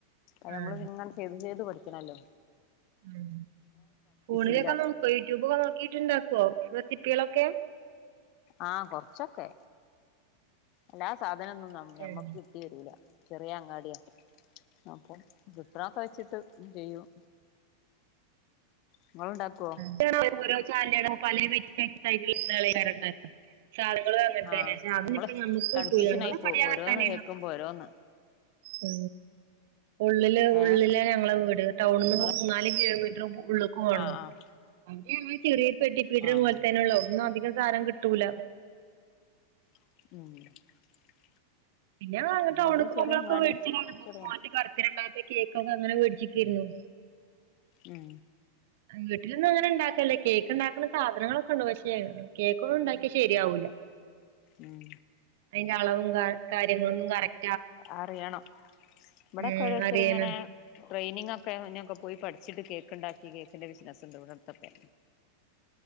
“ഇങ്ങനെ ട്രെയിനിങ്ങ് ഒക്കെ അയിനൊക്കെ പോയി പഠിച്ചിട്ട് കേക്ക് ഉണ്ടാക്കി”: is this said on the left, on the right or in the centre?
Left